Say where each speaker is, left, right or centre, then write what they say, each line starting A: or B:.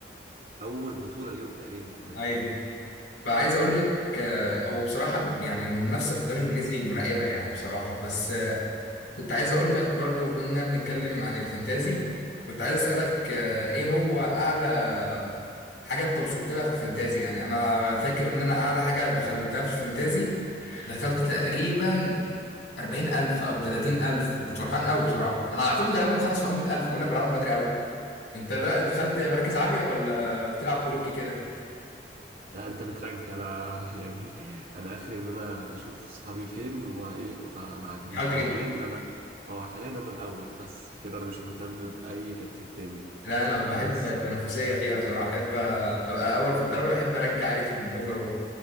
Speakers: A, on the right; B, on the left.
A: أول بطولة ليهم تقريبا كمان
B: ايوه فعايز اقول لك آه، هو بصراحه يعني المنافسه في الدوري الانجليزي مرعبه يعني بصراحه بس كنت عايز اقول لك برضو بما اننا بنتكلم عن الفانتازي كنت عايز اسالك آه، ايه هو اعلى حاجه انت وصلت لها في الفانتازي يعني انا فاكر ان انا اعلى حاجه دخلتها في الفانتازي دخلت تقريبا 40000 او 30000 وكنت فرحان قوي بصراحه انا على طول غالبا بخلص في اول 100000 بقول لك بعمل بدري قوي انت بقى دخلت مراكز عاليه ولا بتلعب كروكي كده
A: لا أنت بترانك أنا <laughs> يعني أنا آخر إن أنا أشوف صحابي فين وإيه وأبقى معديهم
B: حاول تجيب
A: وحاليا أنا أه حاليا أنا الأول بس كده أنا مش مهتم بأي ترتيب تاني
B: لا انا بحب
A: بس
B: بقى التنافسيه فيها بصراحه احب ابقى اول في الدوري واحب رانك عالي في الاوفرول